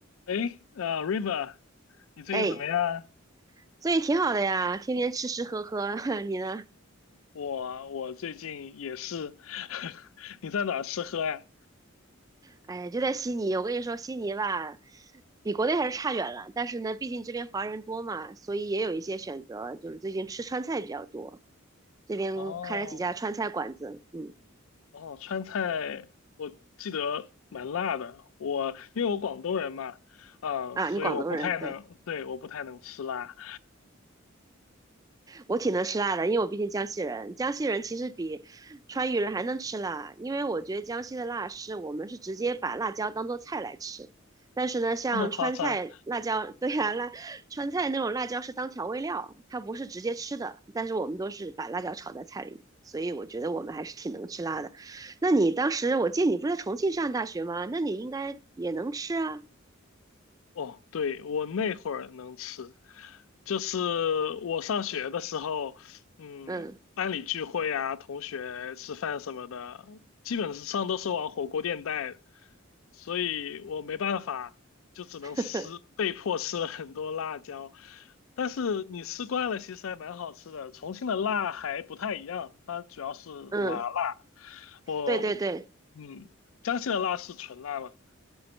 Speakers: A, on the left; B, on the right.
A: 诶，呃，River，你最近怎么样啊
B: 哎，所以挺好的呀，天天吃吃喝喝。<laughs> 你呢？
A: 我我最近也是，<laughs> 你在哪儿吃喝呀？
B: 哎，就在悉尼，我跟你说，悉尼吧，比国内还是差远了。但是呢，毕竟这边华人多嘛，所以也有一些选择，就是最近吃川菜比较多。这边开了几家川菜馆子，
A: 哦
B: 嗯，
A: 哦，川菜我记得蛮辣的，我因为我广东人嘛，啊、
B: 啊，
A: 所以我不太能，
B: 你广东人，对。
A: 对，我不太能吃辣，
B: 我挺能吃辣的，因为我毕竟江西人。江西人其实比川渝人还能吃辣，因为我觉得江西的辣是我们是直接把辣椒当做菜来吃，但是呢，像川菜辣椒，
A: 那么夸张。
B: 对呀、辣川菜那种辣椒是当调味料，它不是直接吃的，但是我们都是把辣椒炒在菜里，所以我觉得我们还是挺能吃辣的。那你当时我记得你不是在重庆上大学吗？那你应该也能吃啊，
A: 哦，对，我那会儿能吃，就是我上学的时候，嗯，
B: 嗯
A: 班里聚会啊，同学吃饭什么的，基本上都是往火锅店带，所以我没办法，就只能吃，
B: <laughs>
A: 被迫吃了很多辣椒。但是你吃惯了，其实还蛮好吃的。重庆的辣还不太一样，它主要是麻辣。
B: 嗯，
A: 我，
B: 对对对。
A: 嗯，江西的辣是纯辣嘛？